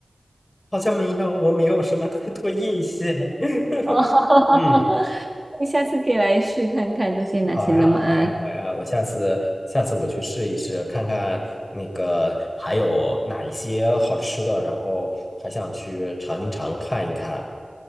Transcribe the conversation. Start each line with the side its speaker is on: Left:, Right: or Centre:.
Left: 好像没有，我没有什么太多印象。<laughs>
Right: 哦。<laughs>
Left: 嗯，
Right: 你下次可以来试看看这些哪些冷玛啊。
Left: 好呀，好呀，好呀，我下次下次我去试一试，看看那个还有哪一些好吃的，然后还想去尝一尝，看一看。